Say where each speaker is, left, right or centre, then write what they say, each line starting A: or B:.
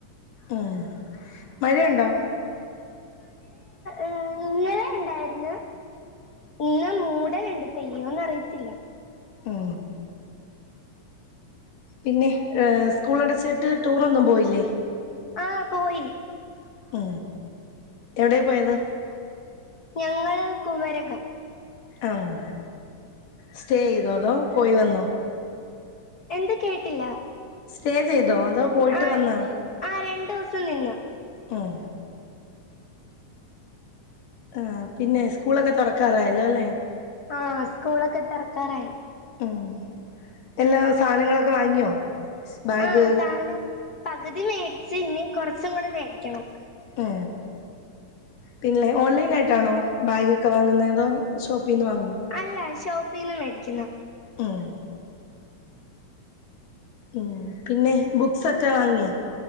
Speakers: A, on the left; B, on the left.
A: ഉം മഴയുണ്ടോ
B: ഏ ഇന്നലെ ഉണ്ടായിന്ന് ഇന്ന് മൂടലുണ്ട് പെയ്യോന്ന് അറിയത്തില്ല
A: മ്ഹ് പിന്നെ സ്കൂൾ അടച്ചിട്ട് ടൂറൊന്നും പോയില്ലേ
B: ആഹ് പോയി
A: ഉ എവിടെയാ പോയത്
B: ഞങ്ങള് കുമരകം
A: ആഹ് സ്റ്റേ ചെയ്തോ അതോ പോയി വന്നോ
B: എന്ത് കേട്ടില്ല
A: സ്റ്റേ ചെയ്തോ അതോ പോയിട്ട്
B: ആ
A: വന്നാ
B: ആ രണ്ട് ദിവസം നിന്ന്
A: മ്ഹ് ആ പിന്നെ സ്കൂളൊക്കെ തുറക്കാറായല്ലോ അല്ലെ
B: ആഹ് സ്കൂളൊക്കെ തുറക്കാറായി
A: ഉം പിന്നെ സാധനങ്ങളൊക്കെ വാങ്ങിയോ ബാഗ്
B: ആഹ് സാധനം പകുതി മേടിച്ച് ഇനി കുറച്ചും കൂടെ മേടിക്കണം
A: മ്ഹ് പിന്നെ ഓൺലൈൻ ആയിട്ടാണോ ബാഗ്ക്കെ വാങ്ങുന്നത് അതോ ഷോപ്പിൽ നിന്ന് വാങ്ങോ
B: അല്ല ഷോപ്പിൽ നിന്ന് മേടിക്കുന്നു
A: ഉം. ഉം പിന്നേ ബുക്സൊക്കെ വാങ്ങ്യാ?